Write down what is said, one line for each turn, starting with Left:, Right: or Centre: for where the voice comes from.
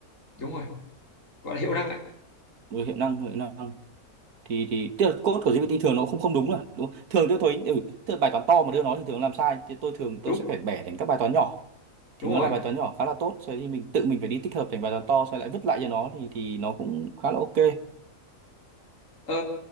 Left: đúng rồi gọi là hiệu năng ấy
Right: rồi hiệu năng hiệu năng thì thì tức là code của GPT thường nó không không đúng là đúng không? thường tôi thấy ừ, tức là bài toán to mà đưa nó thì thường làm sai thì tôi thường tôi
Left: đúng
Right: sẽ phải bẻ thành các bài toán nhỏ thì
Left: đúng
Right: nó
Left: rồi
Right: là bài toán nhỏ khá là tốt sau thì mình tự mình phải đi tích hợp thành bài toán to xong lại vứt lại cho nó thì thì nó cũng khá là ok
Left: Ờ,